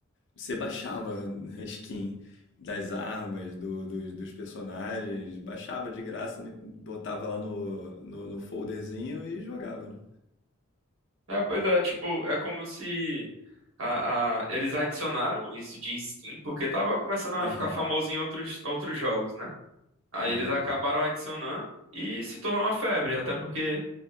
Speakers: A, on the left; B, on the right.
A: Você baixava a skin das armas, do- dos, dos personagens, baixava de graça, né? botava lá no, no, no folderzinho e jogava, né?
B: É, pois é, tipo, é como se a, a- eles adicionaram isso de skin, porque tava começando a
A: Aham,
B: ficar famoso em outros, outros jogos, né? Aí
A: aham.
B: eles acabaram adicionando e se tornou uma febre, até porque.